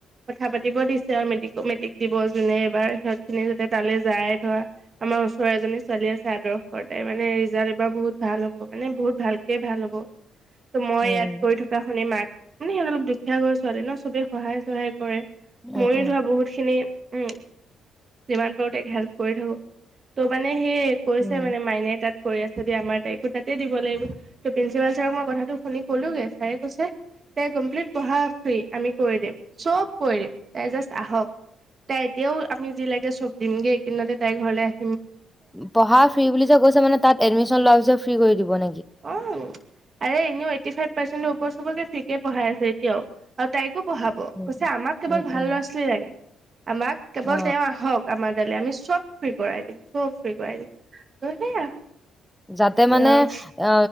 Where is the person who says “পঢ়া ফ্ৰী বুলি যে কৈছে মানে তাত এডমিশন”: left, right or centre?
Centre